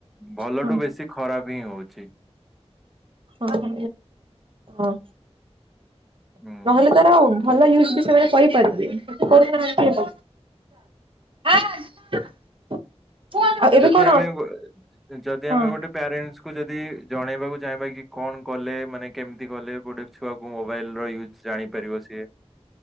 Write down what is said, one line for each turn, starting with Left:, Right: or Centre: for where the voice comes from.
Centre: ଭଲଠୁ
Right: ହଁ
Centre: ବେଶୀ ଖରାପ ହିଁ ହଉଚି।
Right: ହଁ- ହଁ
Centre: ହୁଁ।
Right: ନହେଲେ ତାର ଆଉ ଭଲ ୟୁଜ୍ ବି ସେମାନେ କରିପାରିବେ। <inaudible> ଆଉ ଏବେ
Centre: ଯଦି
Right: କଣ
Centre: ଆମେ ବ-ଯଦି
Right: ହଁ
Centre: ଆମେ ଗୋଟେ ପ୍ୟାରେଣ୍ଟ୍ ତାଙ୍କୁ ଯଦି ଜଣେଇବାକୁ ଚାହିଁବା କି କଣ କଲେ ମାନେ କେମିତି କଲେ <unintelligible> ଛୁଆକୁ ମୋବାଇଲର ୟୁଜ୍ ଜାଣିପାରିବ ସିଏ।